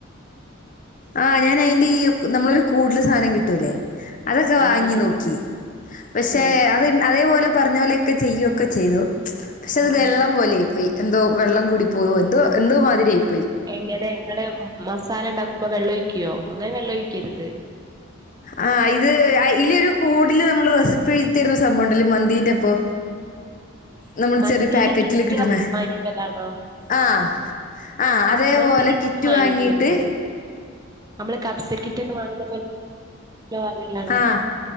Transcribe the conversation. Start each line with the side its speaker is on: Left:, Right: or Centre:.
Left: ആഹ് ഞാൻ അയിന്റെ ഈ നമ്മൾ കൂടുതൽ സാധനം കിട്ടൂല്ലേ അതൊക്കെ
Right: ആഹ്
Left: വാങ്ങി
Right: ആഹ്
Left: നോക്കി പക്ഷെ
Right: ആഹ്
Left: അത് അതേപോലെ പറഞ്ഞ പോലെ - ക്കെ ചെയ്യൊക്കെ ചെയ്തു പക്ഷെ
Right: ആഹ്
Left: അത്
Right: ആഹ്
Left: വെള്ളം പോലെയി പെയ് എന്തോ വെള്ളം കൂടി പോയോ എന്തോ എന്തോ മാതിരിയായി
Right: എങ്ങനെ ഇങ്ങൾ മസാല ഉണ്ടാക്കുമ്പോ വെള്ളം ഒഴിക്കുവോ അങ്ങനെ വെള്ളം ഒഴിക്കരുത്
Left: ആഹ് ഇത് ഇല് ഒരു കൂടില് നമ്മള് റെസിപ്പി എഴുതി തരുന്ന ഒരു സംഭവംമുണ്ടല്ല മന്തിന്റെപ്പോ നമ്മള്
Right: മന്തീന്റെ
Left: ചെറിയ പാക്കറ്റില്
Right: കിറ്റ്
Left: കിട്ടണേ
Right: വാങ്ങി വാങ്ങിക്കലാണോ?
Left: ആ ആഹ് അതേപോലെ
Right: മന്തി
Left: കിറ്റ്
Right: വാങ്ങിക്കരുത്.
Left: വാങ്ങിട്ട്
Right: നമ്മള് കബ്സക്കിറ്റ് ഒക്കെ വങ്ങുന്ന പോല് വങ്ങിലാല്ലോ
Left: ആഹ്